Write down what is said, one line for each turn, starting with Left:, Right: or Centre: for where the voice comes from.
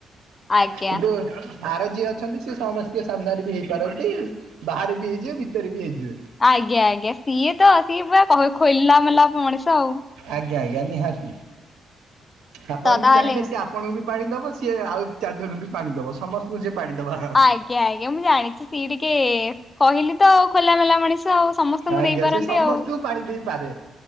Left: ଆଜ୍ଞା
Right: କିନ୍ତୁ। ଆର ଯିଏ ଅଛନ୍ତି ସି ସମସ୍ତ ଙ୍କ ସାମ୍ନାରେ ବି ହେଇପାରନ୍ତି ବାହାରେ ବି ହେଇଯିବେ ଭିତରେ ବି ହେଇଯିବେ।
Left: ଆଜ୍ଞା ଆଜ୍ଞା ସିଏ ତ ସିଏ ପୁରା କହ ଖୋଲା ମେଲା ମଣିଷ ଆଉ।
Right: ଆଜ୍ଞା ଆଜ୍ଞା ନିହାତି ଆପଣ
Left: ତ ତାହେଲେ
Right: ବି ଚାହିଁଲେ ସେ ଆପ ଆପଣଙ୍କୁ ବି ପାଣି ଦେବ ସିଏ ଆଉ ଚାରିଜଣଙ୍କୁ ବି ପାଣି ଦେବ ସମସ୍ତ ତୁ କୁ ପାଣି ଦବା। <unintelligible>
Left: ଆଜ୍ଞା ଆଜ୍ଞା ମୁଁ ଜାଣିଛି ସିଏ ଟିକେ କହିଲି ତ ଖୋଲାମେଲା ମଣିଷ। ମଣିଷ ଆଉ ସମସ୍ତଙ୍କୁ
Right: ଆଜ୍ଞା
Left: ଦେଇପାରନ୍ତି
Right: ସେ ସମସ୍ତଙ୍କୁ
Left: ଆଉ।
Right: ପାଣି ଦେଇପାରେ